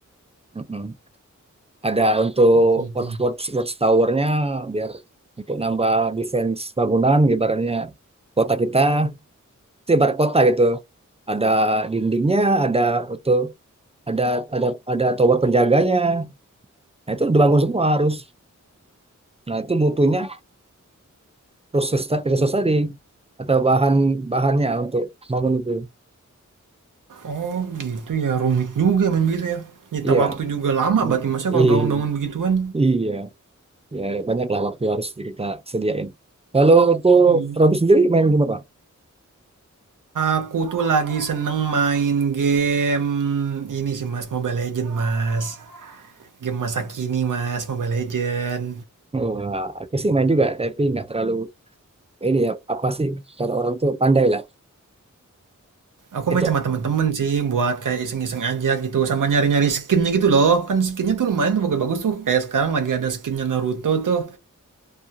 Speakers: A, on the right; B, on the right.
A: Mm-mm. Ada untuk
B: Gitu.
A: watch
B: ya.
A: watch watch towernya biar untuk nambah defense bangunan ibaratnya kota kita, itu ibarat kota gitu. Ada dindingnya, ada untuk ada ada ada tower penjaganya. Nah, itu dibangun semua harus. Nah, itu butuhnya proses ta- resource tadi atau bahan bahannya untuk bangun itu.
B: Oh gitu ya rumit juga memang gitu ya. Nyita
A: Iya.
B: waktu juga lama
A: Mm,
B: berarti masa kalau
A: i-
B: bangun-bangun begituan.
A: Iya. Ya, banyak lah waktu harus kita sediain. Kalau untuk
B: Hmm.
A: Robi sendiri main gimana Pak?
B: Aku tuh lagi seneng main game ini sih mas Mobile Legend mas. Game masa kini mas Mobile Legend.
A: Wah, aku sih main juga, tapi nggak terlalu ini ya apa sih kalau orang tuh pandai lah.
B: Aku
A: Itu
B: main sama temen-temen sih buat kayak iseng-iseng aja gitu sama nyari-nyari skinnya gitu loh kan skinnya tuh lumayan tuh bagus-bagus tuh kayak sekarang lagi ada skinnya Naruto tuh